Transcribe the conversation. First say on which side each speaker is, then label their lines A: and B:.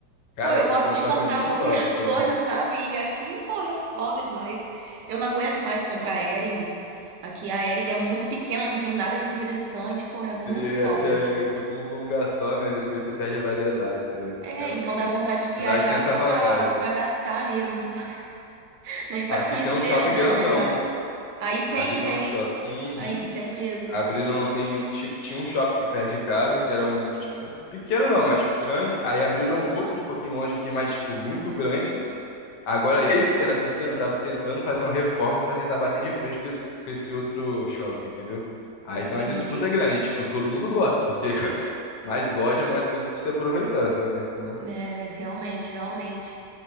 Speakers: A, on the left; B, on the right.
A: Cara,
B: Pô, eu
A: aqui
B: gosto
A: tem um
B: de
A: shopping
B: comprar
A: muito
B: roupa
A: top,
B: e as
A: tá?
B: <laughs> coisas, sabe? E aqui, pô, é foda demais. Eu não aguento mais comprar Hering. Aqui a Hering é muito pequena, não tem nada de interessante, pô, é muito
A: Você,
B: foda.
A: você costuma com um lugar só, né? Depois você perde a variedade, você
B: É,
A: realmente.
B: então dá vontade de
A: Cidade
B: viajar
A: tem essa
B: só
A: vantagem.
B: pra, pra gastar mesmo, sabe? <laughs> Nem pra
A: Aqui
B: conhecer
A: tem um shopping
B: o lugar
A: grandão.
B: de verdade. Aí tem,
A: Aqui tem
B: tem.
A: um shopping. Uhum.
B: Aí tem mesmo.
A: Abriram, tem, ti- tinha um shopping que perto de casa, que era um, tipo, pequeno não, mas grande. Aí abriram um outro um pouquinho longe aqui, mas, tipo, muito grande. Agora esse que era pequeno, tava tentando fazer uma reforma para tentar bater de frente com esse, com esse outro shopping, entendeu? Aí
B: Entendi.
A: tá uma disputa grande, tipo, todo mundo gosta, porque <laughs> mais loja, mais coisas pra você aproveitar, sabe? Então,
B: É, realmente, realmente.